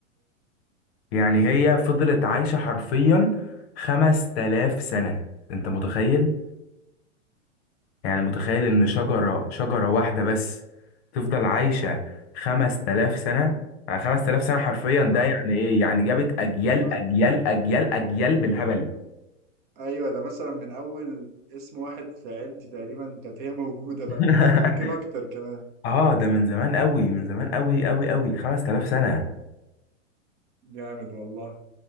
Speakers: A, on the left; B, on the right.
A: يعني هي فضلت عايشة حرفيا خمس تلاف سنة انت متخيل يعني متخيل ان شجرة شجرة واحدة بس تفضل عايشة خمس تلاف سنة يعني خمس تلاف سنة حرفيا
B: بصراحة
A: ده يعني ايه يعني جابت اجيال
B: لا.
A: اجيال اجيال اجيال بالهبل
B: ايوه ده مثلا من اول اسم واحد في عيلتي تقريبا كانت هي موجودة بقى
A: <laughs>
B: يمكن اكتر كمان
A: اه ده من زمان قوي من زمان قوي قوي قوي خمس تلاف سنة
B: جامد والله